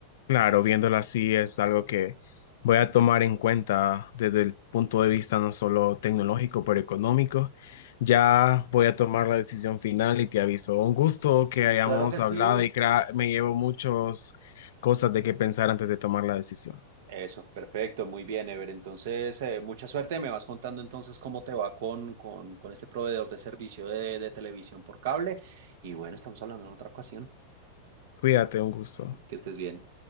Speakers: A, on the left (about 65°); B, on the right (about 55°).
A: Claro, viéndolo así es algo que voy a tomar en cuenta desde el punto de vista no solo tecnológico, pero económico. Ya voy a tomar la decisión final y te aviso. Un gusto que hayamos
B: Claro que sí.
A: hablado y crea- me llevo muchas cosas de qué pensar antes de tomar la decisión.
B: Eso, perfecto, muy bien, Ever. Entonces, eh, mucha suerte. Me vas contando entonces cómo te va con, con, con este proveedor de servicio de, de televisión por cable. Y bueno, estamos hablando en otra ocasión.
A: Cuídate, un gusto.
B: Que estés bien.